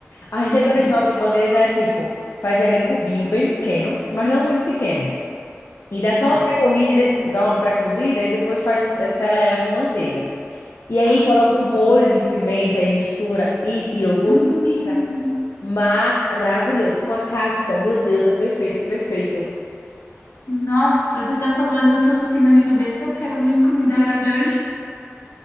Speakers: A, on the left; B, on the left.
A: A receita
B: Uhum,
A: original libanesa é tipo, faz ela em cubinho bem pequeno, mas não muito pequeno. E dá só
B: tá.
A: uma pré-corrida, e de- dá uma pré-cozida e depois faz, um- eh, sela ela com manteiga. E aí
B: Ai,
A: coloca
B: que
A: um molho de pimenta e mistura e e iogurte
B: Hum,
A: e fica maravilhoso. Com a cafta, meu Deus, é perfeito, é perfeito.
B: nossa, você tá falando, eu tô assim na minha cabeça, eu quero muito comida árabe hoje.